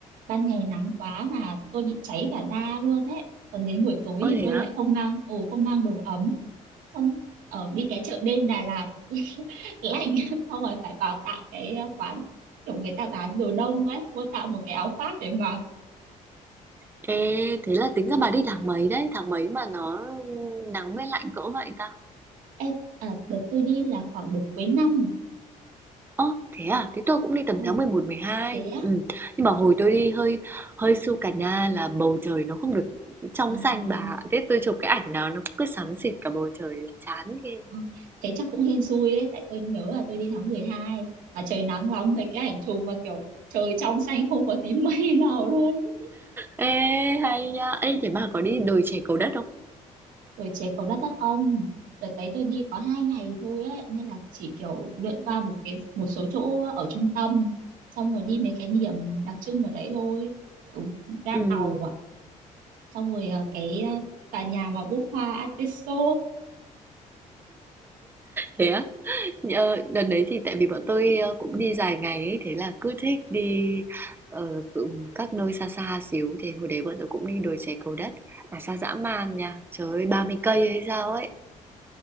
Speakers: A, on the right; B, on the right.
A: ban ngày nắng quá và tôi bị cháy cả da luôn đấy còn đến buổi tối
B: Ơ
A: thì
B: thế
A: tôi
B: á?
A: lại không mang ồ không mang đồ ấm xong ở đi cái chợ đêm Đà Lạt <laughs> lạnh xong rồi phải vào tạo cái ờ, quán kiểu người ta bán đồ đông ấy mua tạo một cái áo khoác để mặc
B: Ê, thế là tính ra bà đi tháng mấy đấy? Tháng mấy mà nó nắng với lạnh cỡ vậy ta?
A: Ê, à, đợt tôi đi là khoảng đợt cuối năm
B: Ơ, thế à? Thế tôi cũng đi tầm
A: ồ
B: tháng 11, 12.
A: thế á
B: Ừ. Nhưng mà hồi tôi đi hơi hơi su cà na là bầu trời nó không được trong
A: Ờ,
B: xanh
A: ờ.
B: bà. ạ. Thế tôi chụp cái ảnh nào nó cũng cứ xám xịt cả bầu trời, chán ghê.
A: ờ. thế chắc cũng hên xui đấy tại tôi nhớ là tôi đi tháng 12 mà trời nắng lắm với cái ảnh chụp và kiểu trời trong xanh không có tí <laughs> mây nào luôn ấy
B: Ê, hay nha. Ê, thế bà có đi đồi chè Cầu Đất không?
A: rồi chế cầu đất á không đợt đấy tôi đi có hai ngày thôi ấy nên là chỉ kiểu lượn qua một cái một số chỗ ở trung tâm xong rồi đi mấy cái điểm đặc trưng ở đấy thôi kiểu ga
B: Ừ,
A: tàu à xong rồi ờ, cái ờ, tòa nhà mà búp hoa artiso
B: thế á? Ờ, đợt đấy thì tại vì bọn tôi ờ, cũng đi dài ngày ấy, thế là cứ thích đi ờ, cũng- các nơi xa xa xíu thì hồi đấy bọn tôi cũng đi đồi chè Cầu Đất mà xa dã man nha trời ơi 30 cây hay sao ấy